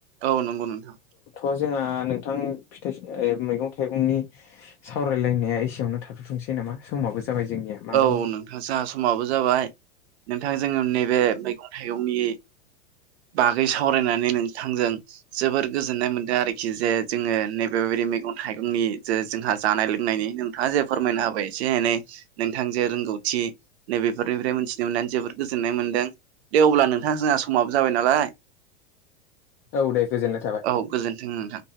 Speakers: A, on the right; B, on the left.
A: औ नंगौ नोंथां।
B: औथ' जोंहा नोंथां फिथाइ सा ओ मैगं थाइगंनि सावरायलायनाया एसेयावनो थाथ'थोंसै नामा समाबो जाबाय जोंनिया। मानो
A: औ
B: होनबा
A: नोंथां जाहा समाबो जाबाय। नोंथां जोङो नैबे मैगं थाइगंनि बागै सावरायनानै नोंथांजों जोबोर गोजोननाय मोन्दों आरो खि जे जोङो नैबेबायदि मैगं थाइगंनि जे जोंहा जानाय लोंनायनि नोंथाङा जेब फोरमायना होबाय एसे एनै नोंथां जे रोंगौथि नैबेफोरनिफ्राय मोनथिनो मोननानै जोबोर गोजोननाय मोनदों। दे अब्ला नोंथां जोंहा समाबो जाबाय नालाय
B: औ दे गोजोननाय थाबाय।
A: औ गोजोन्थों नोंथां